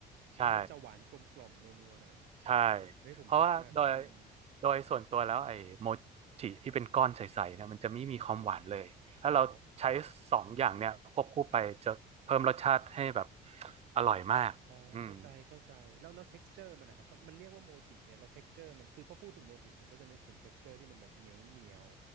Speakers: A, on the right (about 40°); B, on the right (about 80°).
A: ใช่
B: แล้วมันจะหวานกลมกล่อมนัวนัวหน่อย
A: ใช่
B: เฮ้ยผมชอบมาก
A: เพราะว่าโดย
B: อืม
A: โดยส่วนตัวแล้วไอ้โมจิที่เป็นก้อนใสๆเนี่ยมันจะไม่มีความหวานเลยถ้าเราใช้สองอย่างเนี่ยควบคู่ไปจะเพิ่มรสชาติให้แบบ
B: อ๋อ
A: อร่อยมากอืม
B: อ๋อเข้าใจเข้าใจแล้วแล้ว texture มันนะครับ เพราะมันเรียกว่าโมจิเนี่ย แล้ว texture มันคือพอพูดถึงโมจิผมก็จะนึกถึง texture ที่มันแบบเหนียวเหนียว